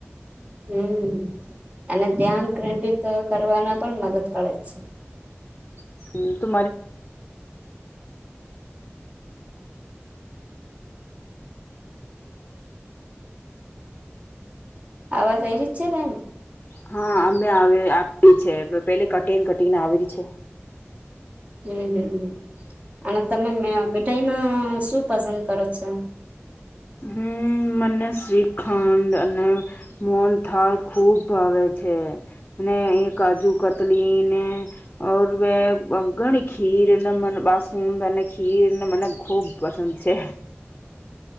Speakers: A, on the right (about 30°); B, on the left (about 30°).
A: હમ અને ધ્યાન કેન્દ્રિત કરવાના પણ મદદ કરે છે.
B: હ તુરે
A: આવાજઈ રીત છે બેન
B: હા અમે આવી છે પેલી કટીને કટીને આવે છે.
A: હમ હમ હ અને તમે મીઠાઈમાં શું પસંદ કરો છો?
B: હમ મને શ્રીખંડ અને અને મોહનથાળ ખૂબ ભાવેે છે ને એ કાજુ કતલીને બે ઘણી ખીર મ બસુું અને ખીરને મને ખૂબ પસંદ છે.
A: <inaudible>